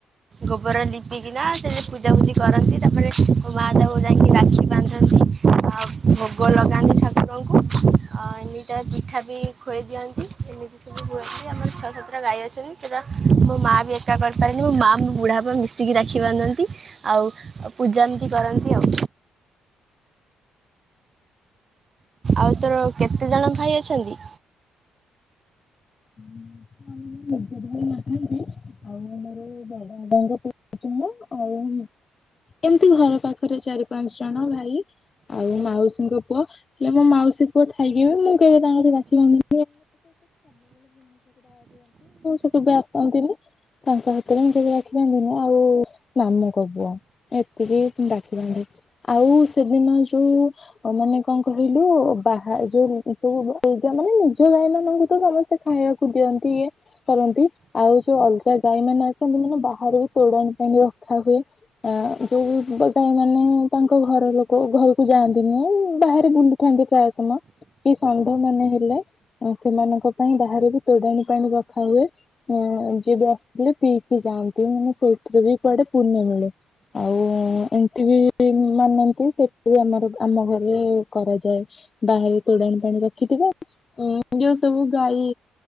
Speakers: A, on the right (about 40°); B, on the left (about 35°).
A: ଗୋବରରେ ଲିପିକିନା ସେ ପୂଜା ପୂଜି କରନ୍ତି ତାପରେ ମୋ ମା ତାକୁ ଯାଇକି ରାକ୍ଷୀ ବାନ୍ଧନ୍ତି। ଆଉ ଭୋଗ ଲଗାନ୍ତି ଠାକୁରଙ୍କୁ ଆଉ ଆ ଏମିଟା ପିଠା ବି ଖୁଏଇ ଦିଅନ୍ତି ଏମିତି ସବୁ ହୁଏ। ଆମର ଛଅ ସାତଟା ଗାଈ ଅଛନ୍ତି ସେଟା ମୋ ମା ବି ଏକା କରିପାରେନି ମୋ ମା ବୁଢ଼ା ବାପା ମିଶ ଶିକି ରାକ୍ଷୀ ବାନ୍ଧନ୍ତି ଆଉ ପୂଜା ଏମିତି କରନ୍ତି ଆଉ। ଆଉ ତୋର କେତେ ଜଣ ଭାଇ ଅଛନ୍ତି?
B: ନିଜର ନିଜ ଭାଈ ନାହାନ୍ତି ଆଉ ମୋର <unintelligible> ଏମିତି ଘର ପାଖରେ ଚାରି ପାଞ୍ଚ ଜଣ ଭାଇ ଆଉ ମାଉସୀଙ୍କ ପୁଅ। ହେଲେ ମୋ ମାଉସୀ ପୁଅ ଥାଇକି ବି ମୁଁ କେବେ <unintelligible> ବାହାର ରୁହନ୍ତି ମୁଁ ସେ କେବେ ଆସନ୍ତିନି। ତାଙ୍କ ହାତରେ ମୁ ଯଦି <unintelligible> ଆଉ ମାମୁଙ୍କ ପୁଅ। ଏତିକି ଡାକିଥାନ୍ତି ଆଉ ସେଦିନ ଯୋଉ ମାନେ କଣ କହିଲୁ ବାହା ଯୋଉ ଯୋଉ ଏ ମାନେ ନିଜ ଗାଈ ମାନଙ୍କୁ ତ ସମସ୍ତେ ଖାଇବାକୁ ଦିଅନ୍ତି କିଏ? କରନ୍ତି ଆଉ ଯୋଉ ଅଲଗା ଗାଈ ମାନେ ଆସନ୍ତି ମାନେ ବାହାରେ ବି ଚୋଡାଣି ପାଇଁ <unintelligible> ଆ ଯୋଉ ଗାଈ ମାନେ ତାଙ୍କ ଘର ଲୋକ ଘରକୁ ଯାଆନ୍ତି ନୁହେଁ ବାହାରେ ବୁଲ ଥାନ୍ତି ପ୍ରାୟ ସମୟ କି ଷଣ୍ଢ ମାନେ ହେଲେ ସେମାନଙ୍କ ପାଇଁ ବାହାରେ ବି ତୋଡ଼ାଣି ପାଣି ରଖା ହୁଏ। ହ ଯିଏ ବି ଆସଥିଲେ ପିଇକି ଯାଆନ୍ତି ମାନେ ସେଇଥିରେ ବି କୁଆଡେ ପୁଣ୍ୟ ମିଳେ। ଆଉ ଏମତି ବି ମାନନ୍ତି ସେ ବି ଆମର ଆମ ଘରେ କରାଯାଏ। ବାହାରେ ତୋଡ଼ାଣି ପାଣି ରଖିଥିବା ଉ ଯୋଉ ସବୁ ଗାଈ